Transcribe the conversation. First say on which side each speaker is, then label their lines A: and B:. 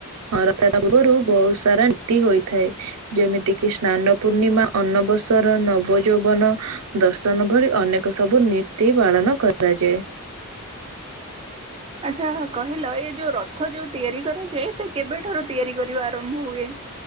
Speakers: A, on the right (about 85°); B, on the right (about 25°).
A: ହଁ ରଥ ଯାତା ପୂର୍ବରୁ ବହୁତ ସାରା ନୀତି ହୋଇଥାଏ। ଯେମିତି କିି ସ୍ନାନ ପୂର୍ଣ୍ଣିମା, ଅନ୍ବବସର, ନବଯୌବନ ଦର୍ଶନ ଭଳି ଅନେକ ସବୁ ନୀତି ପାଳନ କରାଯାଏ।
B: ଆଚ୍ଛା କହିଲ ଏ ଯୋଉ ରଥ ଯୋଉ ତିଆରି କରାଯାଏ ଏତେ କେବେଠାରୁ ତିଆରି କରିବା ଆରମ୍ଭ ହୁଏ?